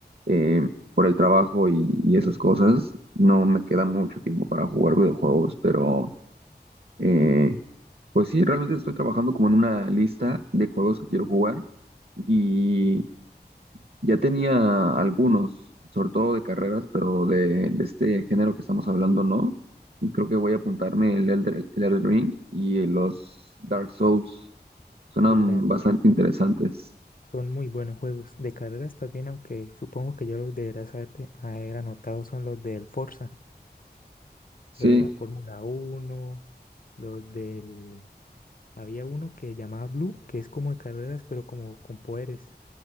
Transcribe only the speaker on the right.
eh, por el trabajo y, y esas cosas, no me queda mucho tiempo para jugar videojuegos, pero... eh, pues sí, realmente estoy trabajando como en una lista de juegos que quiero jugar y ya tenía algunos, sobre todo de carreras, pero de, de este género que estamos hablando no. Y creo que voy a apuntarme el Elder, el Elden Ring y los Dark Souls. Suenan
bastante interesantes.
Sí,